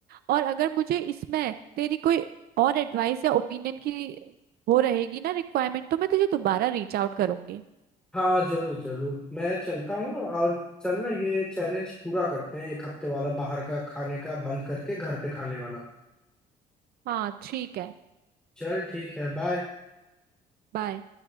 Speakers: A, on the right; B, in the centre.
A: और अगर मुझे इसमें तेरी कोई और एडवाइस या ओपिनियन की वो रहेगी ना रिक्वायरमेंट तो मैं तुझे दोबारा रीच आउट करूंगी
B: हाँ जरूर जरूर मैं चलता हूँ और चल ना ये चैलेंज पूरा करते हैं एक हफ्ते वाला बाहर का खाने का बंद करके घर पे खाने वाला
A: हाँ ठीक है
B: चल ठीक है बाय
A: बाय